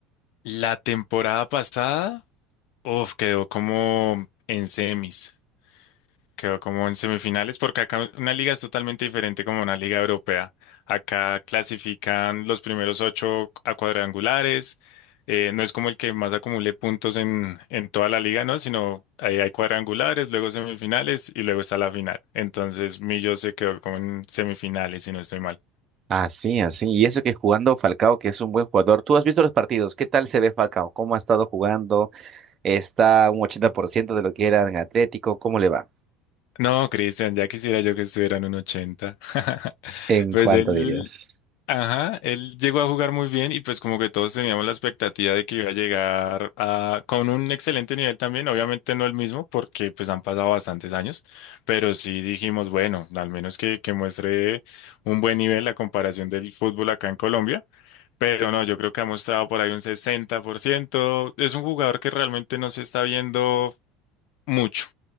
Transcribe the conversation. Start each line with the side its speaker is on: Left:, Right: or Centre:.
Left: La temporada pasada, uf, quedó como en semis. Quedó como en semifinales, porque acá una liga es totalmente diferente como una liga europea. Acá clasifican los primeros ocho a cuadrangulares. eh, no es como el que más acumule puntos en, en toda la liga, ¿no? Sino ahí hay cuadrangulares, luego semifinales y luego está la final. Entonces, Millo se quedó como en semifinales, si no estoy mal.
Right: Ah, sí, así. Y eso que jugando Falcao, que es un buen jugador. ¿Tú has visto los partidos? ¿Qué tal se ve Falcao? ¿Cómo ha estado jugando? ¿Está un 80% de lo que era en Atlético? ¿Cómo le va?
Left: No, Cristian, ya quisiera yo que estuviera en un ochenta <laughs>
Right: ¿En
Left: Pues
Right: cuánto
Left: él.
Right: dirías?
Left: Ajá, él llegó a jugar muy bien y pues como que todos teníamos la expectativa de que iba a llegar a, con un excelente nivel también, obviamente no el mismo porque pues han pasado bastantes años, pero sí dijimos, bueno, al menos que, que muestre un buen nivel la comparación del fútbol acá en Colombia, pero no, yo creo que ha mostrado por ahí un 60%, es un jugador que realmente no se está viendo mucho,